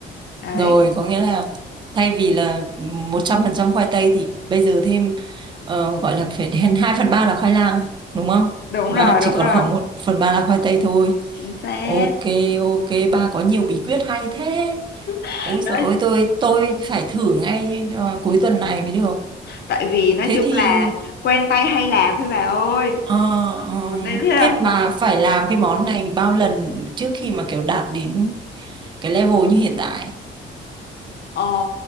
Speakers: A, on the left (about 55°); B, on the right (about 25°).
A: đấy
B: rồi có nghĩa là thay vì là 100% khoai tây thì bây giờ thêm ờ, gọi là phải đến 2 phần 3 là khoai lang đúng không
A: đúng
B: và
A: rồi
B: chỉ
A: đúng
B: còn
A: rồi
B: khoảng một phần 3 là khoai tây thôi
A: chính xác
B: ok ok ba có nhiều bí quyết hay thế
A: <laughs>
B: ôi giời
A: đấy
B: ơi tôi tôi phải thử ngay ờ, cuối tuần này mới được
A: tại vì nói
B: thế
A: chung
B: thì
A: là quen tay hay làm thôi bà ơi
B: Ờ, ờ.
A: Ờ, nên thế là
B: Thế bà phải làm cái món này bao lần trước khi mà kiểu đạt đến cái level như hiện tại?
A: Ờ,